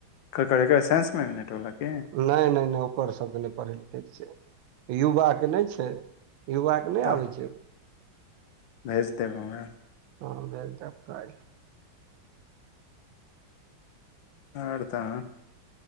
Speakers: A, on the left; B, on the right.
A: ककर एकर साइन्स मैगनेट वला की
B: नहि नहि नहि ओकर सब के नहि पढ़ै लिखै के छै युवा के नहि छै युवा के नहि
A: तऽ
B: आबै छै
A: भेज देब हमरा
B: हँ भेज देब काल्हि
A: आओर तऽ